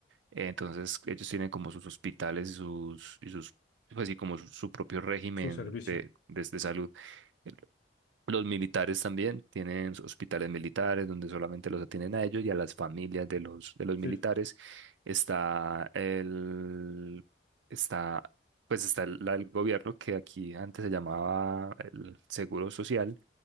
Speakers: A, on the right; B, on the left.
A: eh, entonces ellos tienen como sus hospitales y sus, y sus, pues sí, como su, su propio régimen
B: su servicio.
A: de, de, de salud. El- Los militares también tienen sus hospitales militares donde solamente los atienden a ellos y a las familias de los, de los
B: Sí,
A: militares. Está el, está, pues está el la del gobierno que aquí antes se llamaba el Seguro Social